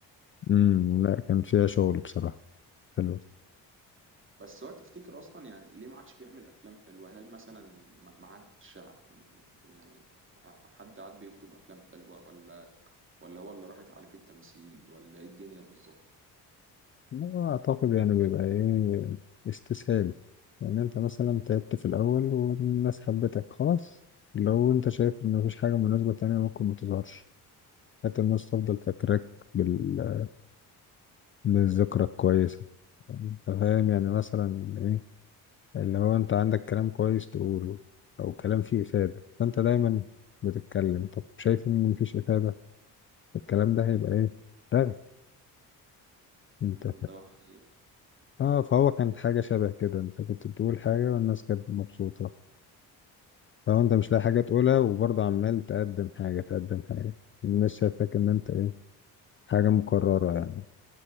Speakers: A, on the left; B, on the right.
A: امم لا كان فيها شغل بصراحة حلو
B: بس هو تفتكر اصلا يعني ليه ما عادش بيعمل افلام حلوه هل مثلا ما ما عادش ع- يعني ع- حد عاد بيكتب افلام حلوه ولا ولا هو اللي راحت عليه في التمثيل ولا ايه الدنيا بالظبط
A: لا، أعتقد يعني بيبقى إيه استسهال يعني أنت مثلا تعبت في الأول والناس حبتك خلاص لو أنت شايف إن مفيش حاجة مناسبة تانية ممكن متظهرش حتى الناس تفضل فاكراك بال... بالذكرى الكويسة أنت فاهم يعني مثلا إيه اللي هو أنت عندك كلام كويس تقوله أو كلام فيه إفادة فأنت دايما بتتكلم طب شايف إن مفيش إفادة الكلام ده هيبقى إيه رغي أنت
B: مم، ده حقيقة
A: اه فهو كانت حاجة شبه كده انت كنت بتقول حاجة والناس كانت مبسوطة لو انت مش لاقي حاجة تقولها وبرضه عمال تقدم حاجة تقدم حاجة الناس شايفاك ان انت ايه حاجة مكررة يعني